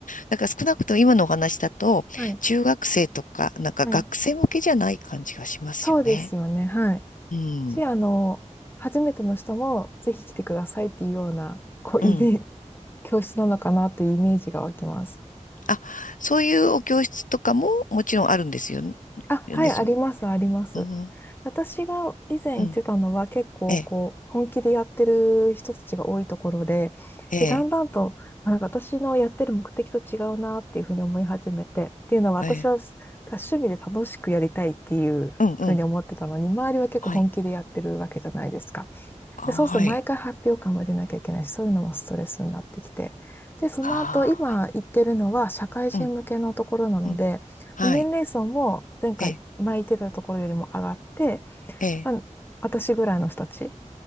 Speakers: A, on the left (about 85°); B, on the left (about 15°).
A: だから少なくとも今のお話だと、
B: はい。
A: 中学生とか、なんか学生向けじゃない感じがしますよね。
B: はい。そうですよね。はい。
A: うん。
B: し、あの、初めての人もぜひ来てくださいっていうような、こう、
A: うん。
B: イメージ、教室なのかなっていうイメージが湧きます。
A: あ、そういうお教室とかももちろんあるんですよ、
B: あ、
A: よね、
B: はい、あります、
A: その、
B: あります。
A: うん、
B: 私が以前行ってたのは結構こう本気でやってる人たちが多いところで、
A: うん、ええ、ええ、
B: で、だんだんとあなんか私のやってる目的と違うなっていうふうに思い始めて、っていうのは私は
A: はい、
B: 趣味で楽しくやりたいっていうふうに思ってたのに、
A: うん、うん、
B: 周りは結構本気でやってるわけじゃないですか。
A: はい、あ、
B: で、そうすると毎回発表会も出なきゃいけないし、
A: はい、
B: そういうのもストレスになってきて。で、その後、
A: あ、
B: 今言ってるのは社会人向けのところなので、
A: はい、うん、うん、はい、
B: 年齢層も前回、
A: ええ、
B: 前言ってたところよりも上がって、
A: ええ、
B: まあ私ぐらいの人たち